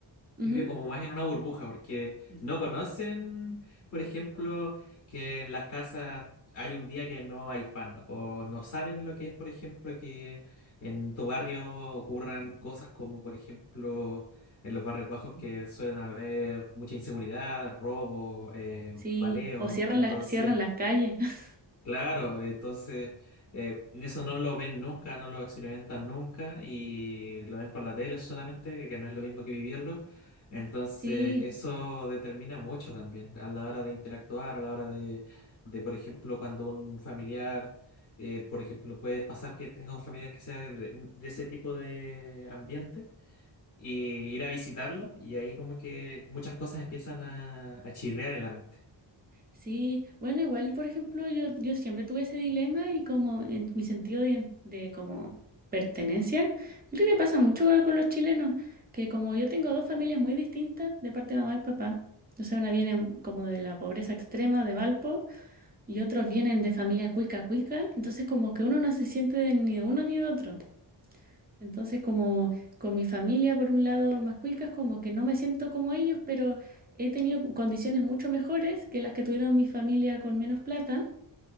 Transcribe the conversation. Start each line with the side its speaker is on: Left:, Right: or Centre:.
Right: Ujú.
Left: vive como más en una burbuja, porque no conocen, por ejemplo, que en las casas hay un día que no hay pan, o no saben lo que es, por ejemplo, que en tu barrio ocurran cosas como, por ejemplo, en los barrios bajos que suelen haber mucha inseguridad, robo, eh,
Right: Sí.
Left: baleo,
Right: O cierran
Left: entonces...
Right: la- cierran las calles. <laughs>
Left: Claro, entonces eh, eso no lo ven nunca, no lo experimentan nunca y lo ven por la tele solamente, que que no es lo mismo que vivirlo. Entonces
Right: Sí.
Left: eso determina mucho también a la hora de interactuar, a la hora de, de, por ejemplo, cuando un familiar, eh, por ejemplo, puede pasar que tenga un familiar que sea de, de ese tipo de ambiente y ir a visitarlo y ahí como que muchas cosas empiezan a, a chirrear en la mente.
Right: Sí, bueno, igual, por ejemplo, yo, yo siempre tuve ese dilema y como en mi sentido de, de como pertenencia, yo creo que pasa mucho con los chilenos, que como yo tengo dos familias muy distintas de parte de mamá y papá, o sea, una viene como de la pobreza extrema de Valpo y otros vienen de familia cuica cuica, entonces como que uno no se siente de ni de uno ni de otro. Entonces, como con mi familia, por un lado, más cuicas, como que no me siento como ellos, pero he tenido condiciones mucho mejores que las que tuvieron mi familia con menos plata.